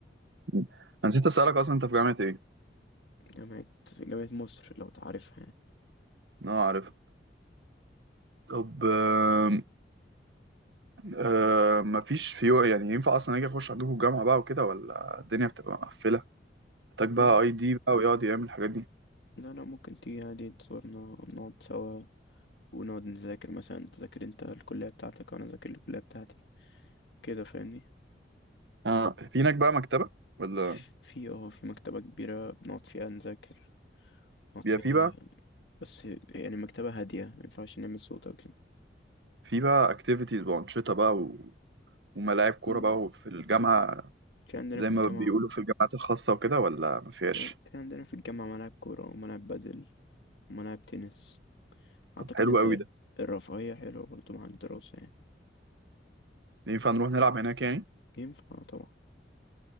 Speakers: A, on the right; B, on the left.
A: أنا نسيت أسألك أصلا أنت في جامعة إيه؟
B: جامعة جامعة مصر لو تعرفها يعني
A: أه عارف طب آه آه مفيش في يعني ينفع أصلا أجي أخش عندكم الجامعة بقى وكده ولا الدنيا بتبقى مقفلة؟ محتاج بقى
B: لا
A: أي دي بقى ويقعد يعمل الحاجات دي
B: لا لا ممكن تيجي عادي تزورنا نقعد سوا ونقعد نذاكر مثلا تذاكر انت الكلية بتاعتك وأنا أذاكر الكلية بتاعتي كده فاهمني
A: أه في هناك بقى مكتبة ولا
B: في في- اه في مكتبة كبيرة بنقعد فيها نذاكر نقعد
A: بيبقى
B: فيها
A: في بقى
B: بس يعني مكتبة هادية ما ينفعش نعمل صوت أو كده
A: في بقى أكتيفيتيز وأنشطة بقى و... وملاعب كورة
B: في
A: بقى وفي الجامعة
B: في عندنا
A: زي
B: في
A: ما
B: الجامعة
A: بيقولوا في الجامعات الخاصة وكده ولا مفيهاش؟
B: في, في عندنا في الجامعة ملاعب كورة وملاعب بدل وملاعب تنس أعتقد
A: طب حلو
B: إن
A: أوي ده
B: الرفاهية حلوة برضو مع الدراسة يعني
A: ينفع نروح نلعب هناك يعني؟
B: ينفع طبعا